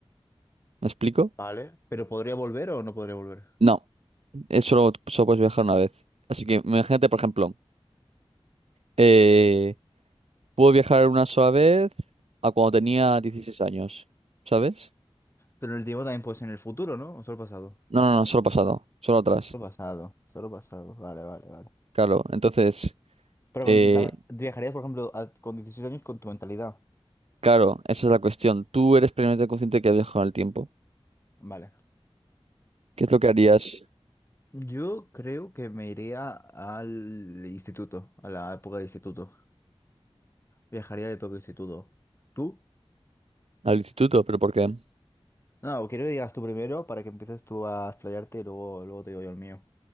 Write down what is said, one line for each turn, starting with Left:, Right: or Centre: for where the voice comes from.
Right: ¿Me explico?
Left: Vale, pero ¿podría volver o no podría volver?
Right: No, es solo, solo puedes viajar una vez. Así que imagínate, por ejemplo, eh, puedo viajar una sola vez a cuando tenía 16 años, ¿sabes?
Left: Pero el tiempo también puede ser en el futuro, ¿no? ¿O solo pasado?
Right: No, no, no, solo pasado, solo atrás.
Left: Solo pasado, solo pasado. Vale, vale, vale.
Right: Claro, entonces,
Left: Pero
Right: eh,
Left: con- la- viajarías, por ejemplo, a- con 16 años con tu mentalidad.
Right: claro, esa es la cuestión. Tú eres plenamente consciente que has viajado en el tiempo.
Left: Vale.
Right: ¿Qué es lo que harías
Left: Yo creo que me iría al instituto, a la época del instituto. Viajaría a la época del instituto. ¿Tú?
Right: al instituto? ¿Pero por qué?
Left: No, quiero que digas tú primero para que empieces tú a explayarte y luego, luego te digo yo el mío.